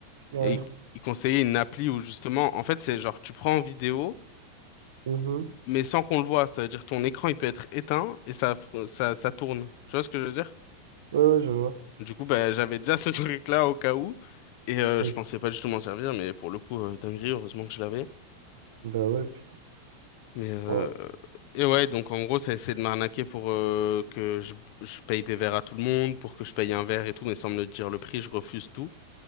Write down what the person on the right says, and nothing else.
Ouais.
Mhm.
Ouais, ouais, je vois.
Ok.
Bah ouais, putain.
Oh.